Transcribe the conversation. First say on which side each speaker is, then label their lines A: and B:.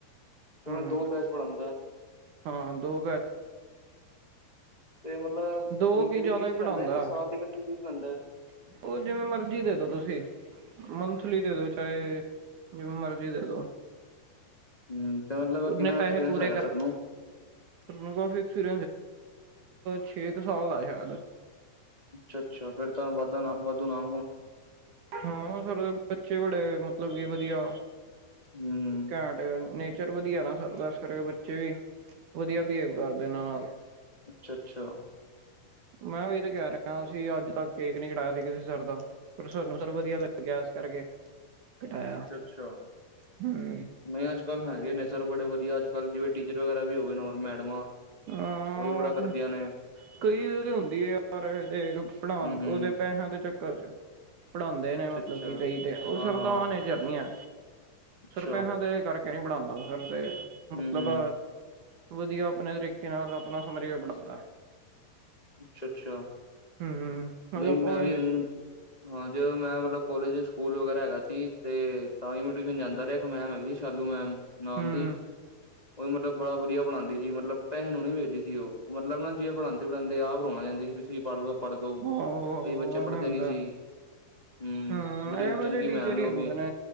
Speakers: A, on the left; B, on the right.
A: ਜਿਵੇ
B: ਹੂੰ
A: ਦੋ ਬੈਚ ਪੜਉਂਦਾ।
B: ਹਾਂ ਦੋ
A: ਤੇ ਮਤਲਬ ਮਹੀਨੇ
B: ਦੋ ਕੀ ਜ਼ਿਆਦਾ
A: ਦੀ ਫੀਸ
B: ਹੀ
A: ਵੀ ਲੈਂਦਾ
B: ਪੜ੍ਹਾਉਂਦਾ
A: ਹੈ ਫਿਰ ਸਾਲ ਦੀ ਇਕੱਠੀ ਫੀਸ ਲੈਂਦਾ ਹੈ।
B: ਉਹ ਜਿਵੇਂ ਮਰਜ਼ੀ ਦੇਦੋ ਤੁਸੀਂ। ਮੰਥਲੀ ਦੇ ਦੋ ਚਾਹੇ ਜਿਵੇਂ ਮਰਜ਼ੀ ਦੇ ਦੋ।
A: ਹੂੰ ਤੇ ਮਤਲਬ ਕਿੰਨਾ
B: ਨੇ ਪੈਸੇ
A: ਐਕਸਪੀਰੀਅੰਸ
B: ਪੂਰੇ
A: ਹੈਗਾ
B: ਕਰਨੇ।
A: ਸਰ ਨੂੰ
B: ਅਹ ਛੇ ਕੁ ਸਾਲ ਦਾ ਸ਼ਾਇਦ।
A: ਅੱਛਾ -ਅੱਛਾ ਫੇਿਰ ਤੁਹੂੰ ਵਧ ਨ ਵਾਧੂ ਨਾ।
B: ਹਾਂ ਸਰ ਬੱਚੇ ਬੜੇ ਮਤਲਬ ਕੀ ਵਧੀਆ।
A: ਹੂੰ-ਹੂੰ
B: ਕੈਡ ਨੇਚਰ ਵਧੀਆ ਨਾ। ਸਰ ਦੱਸ ਕਰਕੇ ਬੱਚੇ ਵੀ ਵਧੀਆ ਬਿਹੇਵ ਕਰਦੇ ਇਹਨਾਂ ਨਾਲ।
A: ਅੱਛਾ -ਅੱਛਾ।
B: ਮੈਂ ਵੀ ਇਹ ਤੇ ਕਹਿ ਰਿਹਾ ਸੀ ਅੱਜ ਤੱਕ ਕੇਕ ਨੀ ਕਟਾਇਆ ਸੀ ਕਿਸੇ ਸਰ ਦਾ ਪਰ ਤੁਹਾਨੂੰ ਸਰ ਵਧੀਆ ਲੱਗ ਗਿਆ ਇਸ ਕਰਕੇ ਕਟਾਇਆ
A: ਅੱਛਾ
B: ਹੂੰ
A: ਨਹੀਂ ਅੱਜ। ਅਕਲ ਹੈਗੇ ਨੇ ਸਰ ਬੜੇ ਵਧੀਆ ।ਅਜ ਕੱਲ੍ਹ ਜਿਵੇਂ ਟੀਚਰ ਵਗੈਰਾ ਵੀ ਹੋਵੇ ਨੇ ਹੋਰ ਮੈਡਮਾਂ।
B: ਹਾਂ
A: ਓਈ ਬੜਾ ਕਰਦੀਆਂ ਨੇ।
B: ਕਈ ਹੁੰਦੀ ਏ ਯਾਰ ਦੇਖ ਪੜਾਣ
A: ਹੂੰ-ਹੂੰ
B: ਉਦੇ ਪੈਹਿਆਂ ਦੇ ਚੱਕਰ 'ਚ। ਪੜ੍ਹਾਂਦੇ ਨੇ
A: ਅੱਛਾ-ਅੱਛਾ
B: ਮਤਲਬ ਕਿ ਕਈ ਤੇ ਓ
A: ਹਾਂ-ਹਾਂ
B: ਸਰ ਦਾਨ'ਚ। ਝਰਨੀਆਂ
A: ਅੱਛਾ
B: ।ਸਰ ਪੈਸਾਂ ਦੇ ਕਰਕੇ ਨੀ ਪੜਾਂਦਾ। ਸਰ। ਤੇ ਮਤਲਬ
A: ਹੂੰ-ਹੂੰ
B: ਵਧੀਆ ਆਪਣੇ ਤਰੀ। ਕਿ ਨਾਲ ਆਪਣਾ ਸਮਝ ਕੇ ਪੜਾਂਦਾ।
A: ਅੱਛਾ ਅੱਛਾ।
B: ਹੂੰ
A: ਨਈ ਮੈਂ
B: ਉਹ
A: ਵੀ ਏਨ ਹਾਂ ਜਦੋ ਮੈਂ ਮਤਲਬ ਕੋਲੇਜ'ਚ। ਸਕੂਲ ਵਗੈਰਾ ਹੈਗਾ ਸੀ ਤੇ ਤਾਂ ਈ ਮੈਂ ਟਿਊਸ਼ਨ ਜਾਂਦਾ ਰਿਆ ਏਕ ਮੈਮ ਹੈ ਸੀ ਸ਼ਾਲੂ ਮੈਮ। ਨਾਮ
B: ਹੂੰ
A: ਦੀ ਉਹ ਵੀ ਮਤਲਬ ਬੜਾ ਵਧੀਆ। ਵਧੀਆ ਪੜਾਂਦੀ ਸੀ। ਮਤਲਬ ਪੈਹੇ ਨੂੰ ਨੀ ਵੇਖਦੀ ਸੀ ਓ ।ਮਤਲਬ ਨਾ ਜੇ ਪੜਾਂਦੇ-ਪੜਾਂਦੇ ਆਪ ਰੋਣ ਲਗ ਜਾਂਦੀ ਸੀ ਵੀ ਤੁਸੀਂ ਪੜ੍ਹ ਲੋ। ਪੜ੍ਹਦੋ ।ਕਈ
B: ਆਹੋ ਆਹੋ
A: ਬੱਚੇ
B: ਐਵੇਂ
A: ਪੜ੍ਹਦੇ
B: ਹੁੰਦਾ
A: ਨੀ ਸੀ। ਹਮ
B: ਹੂੰ।
A: ਬੜੀ
B: ਏਹੋ
A: ਚੰਗੀ
B: ਜਏ ਟੀਚਰ
A: ਮੈਮ
B: ਈ
A: ਹੈ ਉਹ
B: ਹੁੰਦੇ
A: ਵੀ
B: ਨੇ